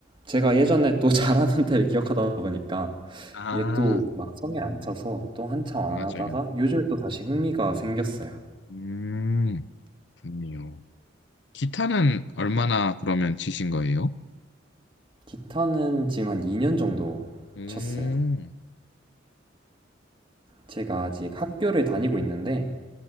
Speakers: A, on the right; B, on the left.
A: 제가 예전에 또 <laughs> 잘하던 때를 기억하다 보니까
B: 아,
A: 이게 또 막 성에 안 차서 또 한참 안
B: 맞아요.
A: 하다가 요즘에 또 다시 흥미가 생겼어요.
B: 음, 좋네요. 기타는 얼마나 그러면 치신 거예요?
A: 기타는 지금 한 2년 정도
B: 오, 네.
A: 쳤어요. 제가 아직 학교를 다니고 있는데